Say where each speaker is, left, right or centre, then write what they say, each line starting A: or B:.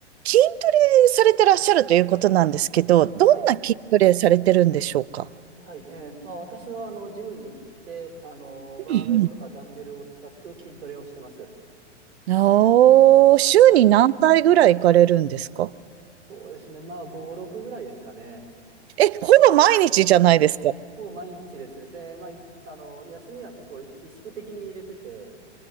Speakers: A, on the right; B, on the right.
A: 筋トレされてらっしゃるということなんですけど、どんな筋トレされてるんでしょうか
B: はい。はい。えーと、まあ、私は、あの、ジムに行って、あの、バーベルとかダンベルを使う筋トレをしてます。
A: うんうんおー、週に何回ぐらい行かれるんですか
B: はい。そうですね。まあ、5、6ぐらいですかね。
A: え、ほぼ毎日じゃないですか。
B: はほぼ毎日です。で、まあ、いあの、休みは結構意識的に入れてて、